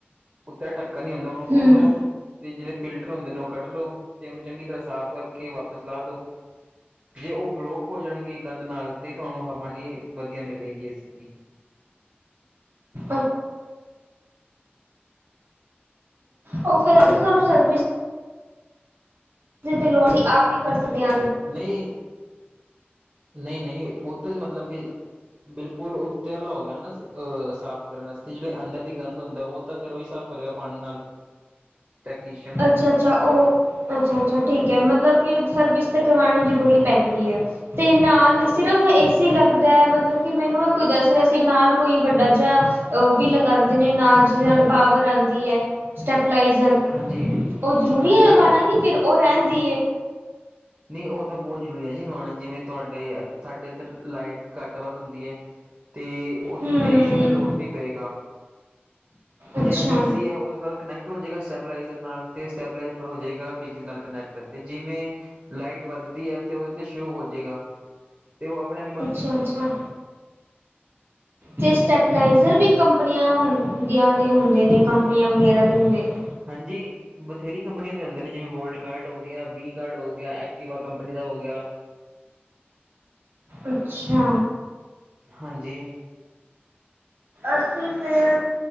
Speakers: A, on the right (about 40°); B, on the right (about 65°).
A: ਉਤੇ ਟਕੇਨ ਨਿ ਹੁੰਦਾ ਉਹਨੂੰ ਖੋਲੋ
B: ਹੂੰ
A: ਤੇ ਜਿਹੜੇ ਫਿਲਟਰ ਹੁੰਦੇ ਨੇ ਉਹ ਕੱਢ ਲੋ ਤੇ ਉਹਨੂੰ ਚੰਗੀ ਤਰ੍ਹਾਂ ਸਾਫ਼ ਕਰਕੇ ਵਾਪਸ ਲਾ ਦੋ। ਜੇ ਉਹ ਬਲੋਕ ਹੋ ਜਾਣਗੇ ਗੰਦ ਨਾਲ ਤੇ ਤੁਹਾਨੂੰ ਹਵਾ ਨਿ ਵਧੀਆ ਮਿਲੇਗੀ ਐਸੀ।
B: ਅੱਛਾ ਉਹ ਫੇਿਰ ਸਾਨੂੰ ਸਰਵਿਸ ਤੇ ਲੋੜ ਸੀ ਆਪ ਹੀ ਕਰ ਸਕਦੇ ਹਾਂ।
A: ਨਹੀਂ, ਨਹੀਂ ਨਹੀਂ ਉਹ ਤਾਂ ਮਤਲਬ ਕਿ ਬਿਲਕੁਲ ਉੱਤੇ ਵਾਲਾ ਹੋ, ਗਿਆ ਨਾ ਅਹ ਸਾਫ਼ ਕਰਨ ਵਾਸਤੇ ਜਿਹੜੇ ਅੰਦਰ ਦੀ ਗੰਦ ਹੁੰਦਾ ਉਹ ਤਾਂ ਫਿਰ ਉਹੀ ਸਾਫ਼ ਪਰਿਆਂ ਪਾਣੀ ਨਾਲ। ਟੈਕਨੀਸ਼ੀਅਨ
B: ਅੱਛਾ ਅੱਛਾ ਉਹ। ਅੱਛਾ ਅੱਛਾ ਠੀਕ ਹੈ, ਮਤਲਬ ਕਿ ਸਰਵਿਸ ਤੇ ਕਰਵਾਉਣੀ ਜ਼ਰੂਰੀ ਪੈਂਦੀ ਹੈ। ਤੇ ਨਾਲ ਸਿਰਫ ਐਸੀ ਲੱਗਦਾ ਹੈ, ਮਤਲਬ ਕਿ ਮੈਨੂੰ ਨਾ ਕੋਈ ਦੱਸ ਰਿਹਾ ਸੀ ਨਾਲ ਕੋਈ ਵੱਡਾ ਜਿਹਾ। ਉਹ ਵੀ ਲਗਾਉਂਦੇ ਨੇ ਨਾਲ ਜਿਹਦੇ ਨਾਲ ਪਾਵਰ ਆਉਂਦੀ ਹੈ ਸਟੈਪਲਾਈਜ਼ਰ।
A: ਹਾਂਜੀ।
B: ਉਹ ਜ਼ਰੂਰੀ
A: ਹਾਂਜੀ
B: ਹੈ ਲੈਵਣਨਾ
A: ਉਹ
B: ਕਿ ਫੇਿਰ ਉਹ ਰਹਿਿੰਦੀ।
A: ਨਹੀਂ ਉਹ ਤਾਂ ਬਹੁਤ ਜ਼ਰੂਰੀ ਹੈ ਜੀ ਲਵਾਉਣਾ ਜਿਵੇਂ ਸਾਡੇ ਇੱਧਰ ਲਾਈਟ। ਘੱਟ ਵੱਧ ਹੁੰਦੀ ਹੈ ਤੇ ਉਹਦੇ
B: ਹਮ
A: ਤੇ ਇਸ ਤੇ ਲੋਇਡ ਨਹੀਂ ਪਏਗਾ।
B: ਅੱਛਾ।
A: ਜਿਹੜਾ ਏ ਸੀ ਹੈ ਉਹਦੇ ਨਾਲ ਕਨੈਕਟ। ਹੋ ਜਾਗਾ ਸਟੈਬਲਾਈਜਰ ਨਾਲ ਤੇ ਸਟੈਬਲਾਇਜ਼ਰ ਹੋ ਜਾਏਗਾ ਬਿਜਲੀ ਨਾਲ ਕਨੈਕਟ ਤੇ ਜਿਵੇਂ। ਲਾਈਟ ਵੱਧਦੀ ਹੈ, ਤੇ ਉਹਦੇ ਤੇ ਸ਼ੋਅ ਹੋ ਜਾਵੇਗਾ। ਤੇ ਉਹ ਆਪਣਾ।
B: ਅੱਛਾ, ਅੱਛਾ।
A: ਹ।
B: ਤੇ ਸਟੈਪਲਾਇਜ਼ਰ ਵੀ ਕੰਪਨੀਆਂ ਦੀਆਂ ਹੁੰਦੇ ਨੇ ਕੰਪਨੀਆਂ ਦੇ ਹੁੰਦੇ ਨੇ।
A: ਹਾਂਜੀ। ਬਥੇਰੀ ਕੰਪਨੀਆਂ ਦੇ ਹੁੰਦੇ ਨੇ, ਜਿਵੇਂ ਵੋਲਟ ਕਾਰਡ ਹੋ ਗਿਆ ਵੀਗਡ ਹੋ ਗਿਆ ਐਕਟੀਵਾ ਕੰਪਨੀ ਦਾ ਹੋ ਗਿਆ।
B: ਅੱਛਾ।
A: ਹਾਂਜੀ,
B: ਅਸੀਂ ਫਿਰ